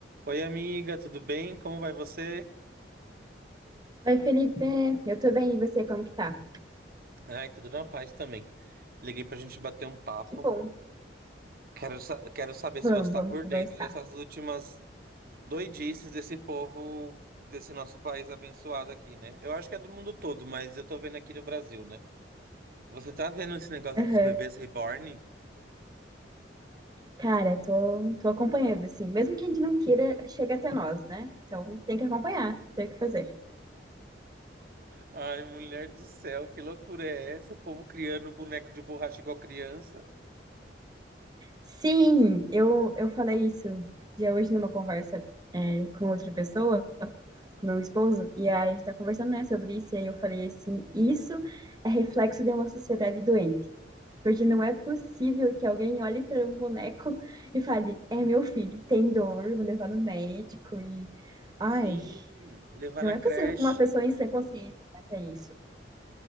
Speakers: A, on the right; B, on the right.
A: Oi, amiga, tudo bem? Como vai você?
B: Oi, Felipe, eu tô bem, e você, como que tá?
A: Ai, tudo na paz também. Liguei pra gente bater um papo.
B: Que bom,
A: Quero, sa- quero saber
B: vamos,
A: se você tá
B: vamos
A: por
B: conversar.
A: dentro dessas últimas doidices desse povo, desse nosso país abençoado aqui, né? Eu acho que é do mundo todo, mas eu tô vendo aqui no Brasil, né? Você tá vendo esse negócio
B: Aham.
A: dos bebês reborn?
B: Cara, tô, tô acompanhando, assim, mesmo que a gente não queira, chega até nós, né? Então tem que acompanhar, tem o que fazer.
A: Ai, mulher do céu, que loucura é essa? O povo criando boneco de borracha igual criança?
B: Sim, eu, eu falei isso já hoje numa conversa é, com outra pessoa, com meu esposo, e aí a gente tá conversando, né, sobre isso, e aí eu falei assim, isso é reflexo de uma sociedade doente. Porque não é possível que alguém olhe para um boneco e fale: É meu filho, tem dor, vou levar no médico. E. Ai,
A: Sim, levar
B: não
A: na
B: é
A: creche.
B: possível que uma pessoa em sã consciência faça isso.